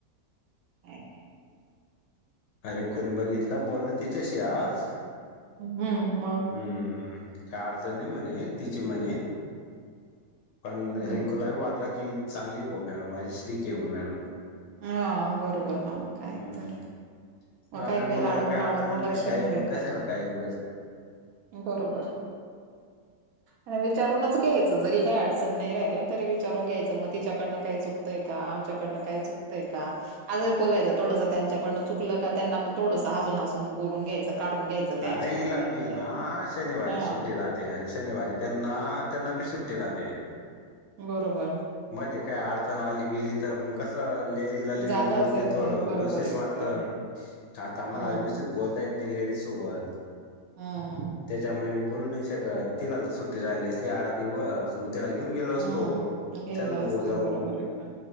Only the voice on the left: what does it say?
अरे कोणी बघितलं बोलला तिच्याशी आज.
हम्म काय अडचण नाही म्हणे तिची म्हणे. पण
रिंकूलाही वाटलं की चांगली ब मॅडम अ स्ट्रिक आहे बॉ मॅडम.
हम्म
आपल्या
मुलाला
काय
अडचणच
काय
मग कशाला काय उगाच
अरे इला
भी
ना शनिवारी
सुट्टी राहते. ते आणि शनिवारी त्यांना त्यांना बिसट्ट राहते.
मध्ये काय अडचण आली बिली तर कसं लेडीज
बोलते
थोडं
व्यवस्थित
वाटत.
आता म्हाला
व्यवस्थित ब येत नाही लेडीज सोबत.
त्याच्यामुळे मी बोलू नाही शकत तिला जर सुट्टी राहिली सी आठा दिवस तिला घेऊन गेलो असतो.
चल बो
जाऊ